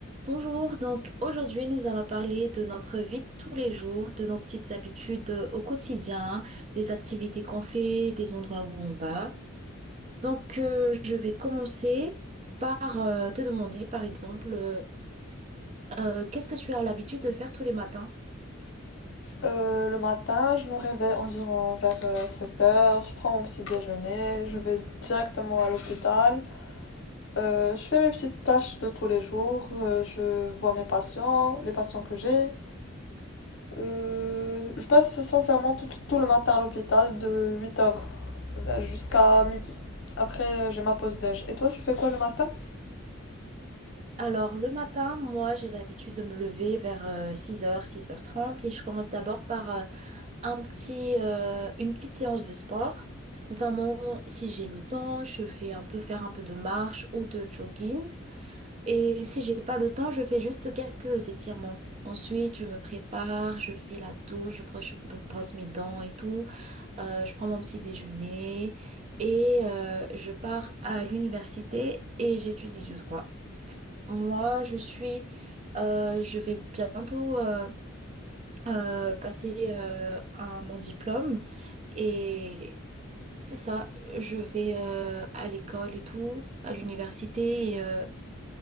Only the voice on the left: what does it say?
Euh, le matin, je me réveille environ vers euh, 7 heures, je prends mon petit déjeuner, je vais directement à l'hôpital. Euh, je fais mes petites tâches de tous les jours, euh, je vois mes patients, les patients que j'ai. Euh, je passe sincèrement tout, tout le matin à l'hôpital de 8 heures euh, jusqu'à midi. Après, j'ai ma pause déj. Et toi, tu fais quoi le matin?